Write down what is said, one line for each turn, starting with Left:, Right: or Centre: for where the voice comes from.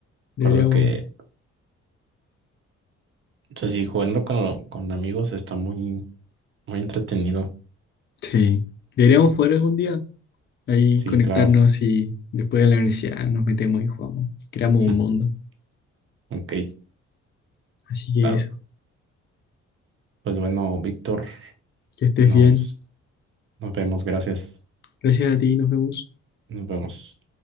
Left: Deberíamos,
Right: Recuerdo que, o sea, sí, jugando con, con amigos está muy, muy entretenido.
Left: sí, deberíamos jugar algún día. Ahí
Right: Sí,
Left: conectarnos
Right: claro.
Left: y después de la universidad nos metemos y jugamos. Creamos
Right: <laughs>
Left: un mundo.
Right: Ok,
Left: Así que
Right: claro.
Left: eso,
Right: Pues bueno, Víctor,
Left: que estés
Right: nos,
Left: bien.
Right: nos vemos. Gracias.
Left: Gracias a ti, nos vemos.
Right: Nos vemos.